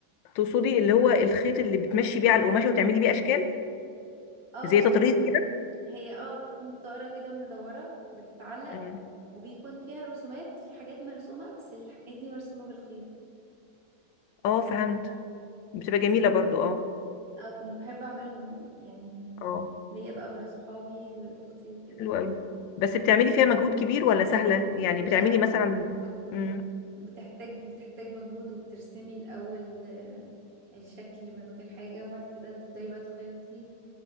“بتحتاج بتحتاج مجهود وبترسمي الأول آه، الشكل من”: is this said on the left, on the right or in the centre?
Right